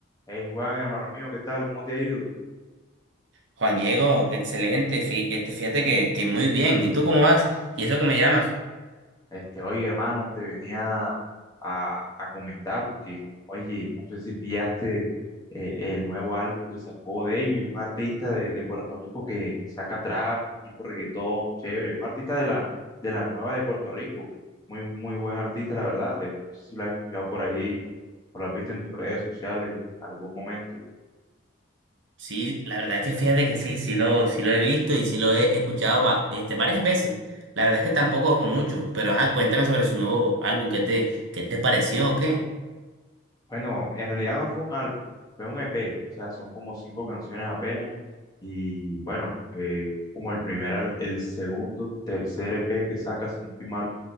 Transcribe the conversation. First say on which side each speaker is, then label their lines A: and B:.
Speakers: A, on the left; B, on the right.
A: Hey Juan, hermano mío, ¿qué tal? ¿Cómo te ha ido?
B: Juan Diego, excelente. fí- este, Fíjate que, que muy bien. ¿Y tú cómo vas? ¿Y eso que me llamas?
A: Este, oye, hermano, te venía a, a comentar porque, oye, no sé si pillaste eh, el nuevo álbum que sacó Davey, un artista de, de Puerto Rico que saca trap, tipo reggaetón, chévere, un artista de la, de la nueva de Puerto Rico, muy, muy buen artista, la verdad, de- no sé si lo has escuchado por ahí o lo has visto en tus redes sociales en algún momento.
B: Sí, la verdad es que fíjate que sí, sí lo, sí lo he visto y sí lo he escuchado va- este, varias veces. La verdad es que tampoco mucho, pero ajá, cuéntame sobre su nuevo álbum. ¿Qué te, qué te pareció o qué?
A: Bueno, en realidad no fue un álbum, fue un EP, o sea, son como cinco canciones apenas. Y bueno, eh, como el primer, al- el segundo, tercer EP que saca, si no estoy mal.